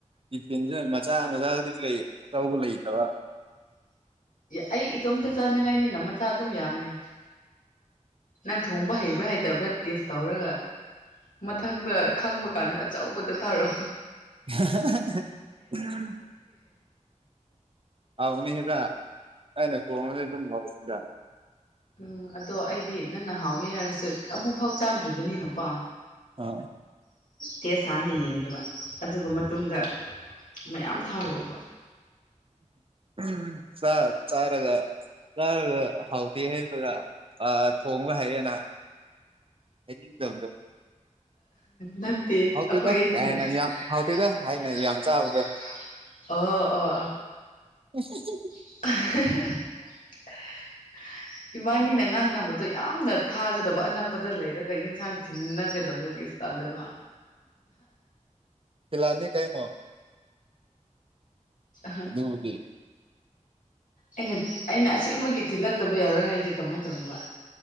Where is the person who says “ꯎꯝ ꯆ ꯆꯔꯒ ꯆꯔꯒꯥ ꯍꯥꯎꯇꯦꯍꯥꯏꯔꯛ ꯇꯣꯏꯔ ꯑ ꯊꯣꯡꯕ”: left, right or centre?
Right